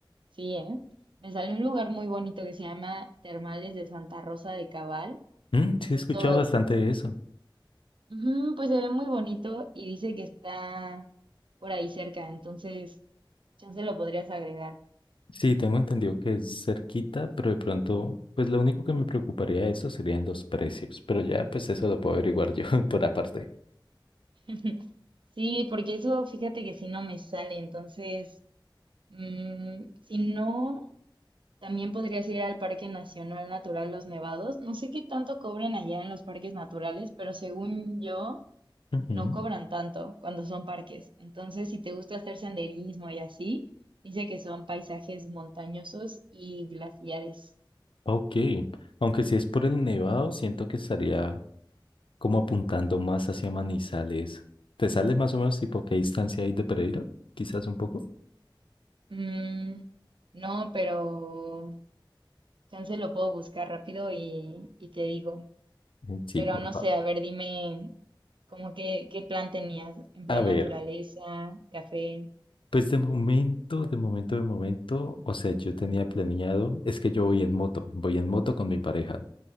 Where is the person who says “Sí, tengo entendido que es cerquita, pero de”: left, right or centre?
Left